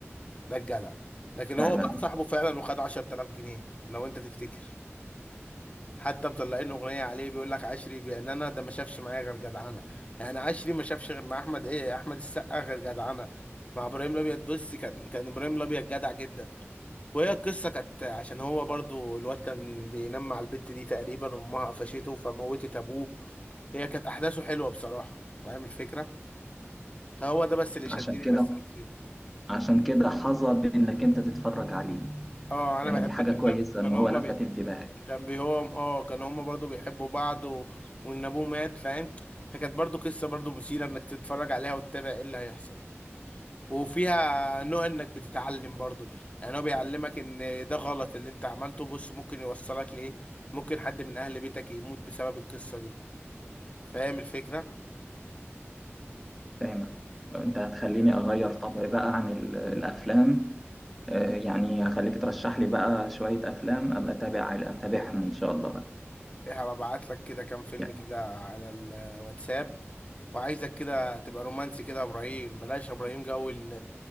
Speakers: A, on the left; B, in the centre.
A: ده الجدع لكن
B: فعلا
A: هو بقى صاحبه فعلا وخد 10000 جنيه لو انت تفتكر حتى مطلعين اغنيه عليه بيقول لك عشري بان انا ده ما شافش معايا غير جدعنه يعني عشري ما شافش غير مع احمد ايه احمد السقا غير جدعنه مع ابراهيم الابيض بص كان كان ابراهيم الابيض جدع جدا وهي القصه كانت عشان هو برضو الواد كان بينام مع البت دي تقريبا وامها قفشته فموتت ابوه هي كانت احداثه حلوه بصراحه فاهم الفكره فهو ده بس اللي شدني
B: عشان كده
A: بس في الفيلم
B: عشان كده حظى بانك انت تتفرج عليه
A: اه انا
B: يعني
A: بحب
B: دي حاجة
A: ك-
B: كويسة
A: كان كان
B: ان هو
A: هما
B: لفت
A: بي...
B: انتباهك
A: كان بيهم اه كان هما برضو بيحبوا بعض و... وان ابوه مات فاهم فكانت برضو قصة برضو مثيرة انك تتفرج عليها وتتابع ايه اللي هيحصل وفيها نوع انك بتتعلم برضو يعني هو بيعلمك ان ده غلط اللي انت عملته بص ممكن يوصلك لايه ممكن حد من اهل بيتك يموت بسبب القصة دي فاهم الفكرة
B: فاهم انت هتخليني اغير طبعي بقى عن ال- الافلام آه، يعني هخليك ترشح لي بقى شوية افلام ابقى اتابع اتابعهم ان شاء الله بقى
A: وهبعت لك كده كام فيلم
B: يعني
A: كده على الواتساب وعايزك كده تبقى رومانسي كده يا ابراهيم بلاش يا ابراهيم جو ال-